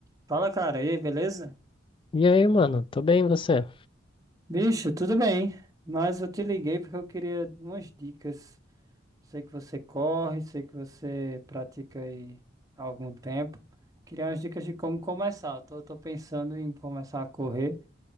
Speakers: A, on the right; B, on the left.
A: Fala, cara. E aí, beleza?
B: E aí, mano? Tô bem, você?
A: Bicho, tudo bem. Mas eu te liguei porque eu queria umas dicas. Sei que você corre, sei que você pratica aí há algum tempo. Queria umas dicas de como começar. Eu tô, tô pensando em começar a correr.